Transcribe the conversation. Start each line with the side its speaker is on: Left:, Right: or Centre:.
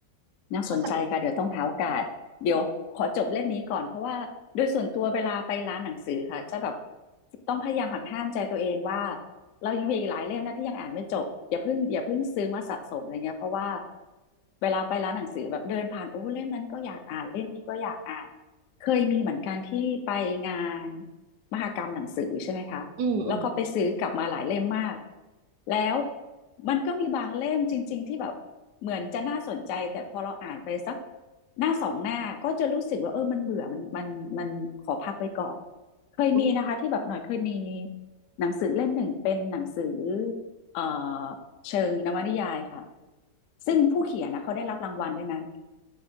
Left: น่าสนใจค่ะเดี๋ยวต้องหาโอกาสเดี๋ยวขอจบเล่มนี้ก่อนเพราะว่าโดยส่วนตัวเวลาไปร้านหนังสือค่ะจะแบบ
Right: ก็สนุก
Left: ต้องพยายามหักห้ามใจตัวเองว่าเรายังมีอีกหลายเล่มนะที่ยังอ่านไม่จบอย่าเพิ่งอย่าเพิ่งซื้อมาสะสมอะไรเงี้ยเพราะว่าเวลาไปร้านหนังสือแบบเดินผ่านโอ้เล่มนั้นก็อยากอ่านเล่มนี้ก็อยากอ่านเคยมีเหมือนกันที่ไปงานมหกรรมหนังสือใช่ไหมคะ
Right: อืมอืม
Left: แล้วก็ไปซื้อกลับมาหลายเล่มมาก แล้วมันก็มีบางเล่มจริงๆที่แบบเหมือนจะน่าสนใจแต่พอเราอ่านไปสักหน้าสองหน้าก็จะรู้สึกว่าเออมันเบื่อมันมันมันขอพักไว้ก่อนเคยมีนะคะที่แบบหน่อยเคยมี
Right: อืม
Left: หนังสือเล่มหนึ่งเป็นหนังสือเอ่อเชิงนวนิยายค่ะซึ่งผู้เขียนนะเขาได้รับรางวัลด้วยนะ